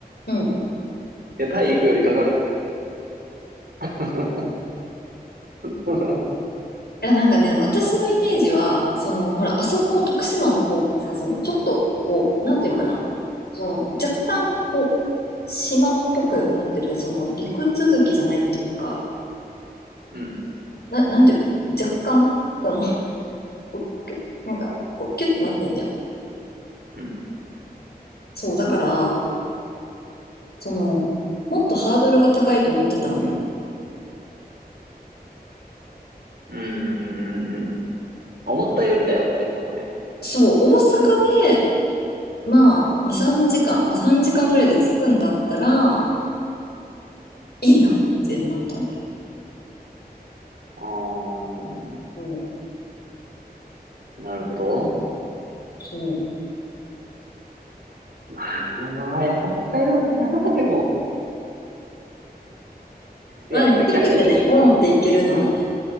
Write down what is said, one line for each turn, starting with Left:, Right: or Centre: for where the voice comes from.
Left: うん。い
Right: いや、タイ行くよりかかるって。<laughs> うん、
Left: や、なんかね、私のイメージは、その、ほら、あそこ、徳島の方ってさ、その、ちょっと、こう、なんていうのかな、その、若干、こう、島っぽくなってるじゃん。その、陸続きじゃないっていうか、
Right: うん、
Left: な、なんていうの、若干、その、こうキュなんか、こう、キュッてなってんじゃん。
Right: うん、
Left: そう、だから、その、もっとハードルが高いと思ってたのよ。
Right: うん、うん。うん思ったよりだよっていうことね。
Left: そう、大阪で、まあ、2、3時間、まあ3時間ぐらいで着くんだったら、いいなってなったんだよ。
Right: あー、
Left: そう、
Right: なるほど。
Left: そう。
Right: まあ、やっぱ北海道かな。でも、
Left: まあね、
Right: いや、で逆に、
Left: 直でね、ボーンって行けるのはね、